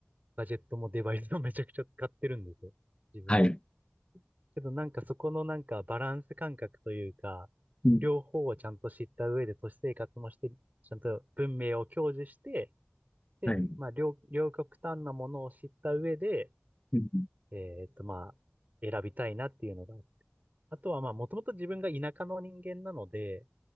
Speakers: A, on the right; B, on the left.
A: ガジェットもデバイスもめちゃくちゃ使ってるんですよ。自分。
B: はい。
A: けどなんかそこのなんかバランス感覚というか、
B: うん
A: 両方をちゃんと知った上で都市生活もして、ちゃんと文明を享受して、で、
B: はい。
A: まあ両、両極端なものを知った上で、
B: うん
A: えーっと、まあ、選びたいなっていうのが。あとは、まあ、もともと自分が田舎の人間なので、